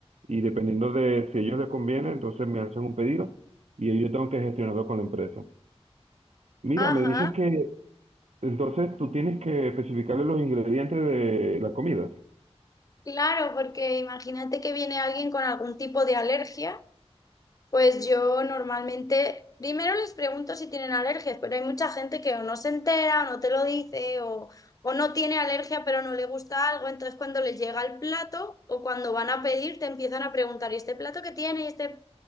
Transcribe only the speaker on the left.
Ajá,
claro, porque imagínate que viene alguien con algún tipo de alergia. Pues yo normalmente, primero les pregunto si tienen alergias, pero hay mucha gente que o no se entera, o no te lo dice, o, o no tiene alergia, pero no le gusta algo. Entonces, cuando les llega el plato o cuando van a pedir, te empiezan a preguntar, ¿y este plato qué tiene? Y, este...